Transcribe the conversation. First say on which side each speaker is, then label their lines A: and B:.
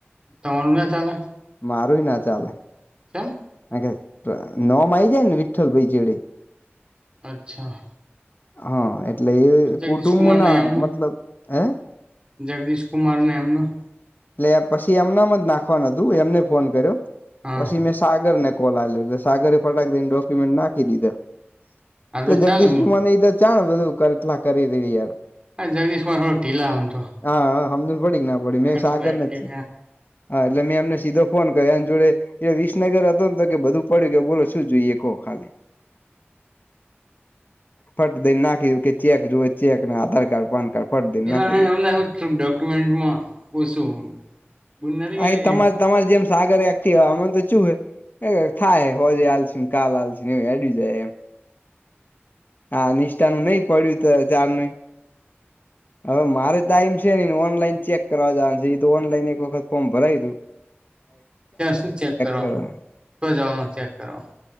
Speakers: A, on the right; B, on the left.
A: તમારું ના ચાલે
B: મારું ય ના ચાલે
A: કેમ
B: <unintelligible> નામ આવી જાય ને વિઠ્ઠલ ભાઈ ચેડે
A: અચ્છા
B: હા એ એટલે
A: જગદીશ
B: એ કુટુંબ
A: કુમાર
B: ના
A: ને એમનું
B: મતલબ હે
A: જગદીશ કુમાર ને એમનું
B: એટલે પછી એમનામ જ નાખવાનું હતું એમને ફોન કર્યો
A: હા
B: પછી મે સાગર ને કોલ આઈલો સાગરે ફટાકકી દેન ડોક્યુમેન્ટ નાખી દીધા
A: હા
B: તે
A: તો
B: જગદીશ
A: ચાલે મ
B: કુમાર એ તો ચા બધું કરટલા કરી ર યાર
A: જગદીશ કુમાર થોડા ઢીલા આમ તો
B: હા સમજણ પડી કે ના પડી મેં સાગર
A: થોડા એક્ટિવ
B: <unintelligible> હા એટલે મેં એમને સીધો ફોન કર્યો એમ જોડે એ વિસ વિસનગર હતો ને તો કે બધું પડ્યું કે બોલો શું જોઈએ કહો ખાલી ફટ દઈ નાખીધું કે ચેક જોુવે ચેક ને આધાર કાર્ડ પાન કાર્ડ ફટ દઈને
A: પેલા
B: નાખી દીધું
A: <unintelligible> ડોક્યુમેન્ટમાં ઓછું <unintelligible>
B: આ તમારે તમારે જેમ સાગર એક્ટિવ અમે <unintelligible> થાય હોજ હાલસી કાલ આાલસી એ હેડી જાય એમ હા નિષ્ઠાનું નહ પડ્યું તોય ચાર ન
A: <inaudible>
B: હવે મારે ટાઈમ છે નઈને ઓનલાઈન ચેક કરવા જવાનું છે એ તો ઓનલાઈન એક વખત ફોર્મ ભરાયયું
A: શું ચેક કરવાનું
B: કરવા
A: ચો જવાનું ચેક કરવાનું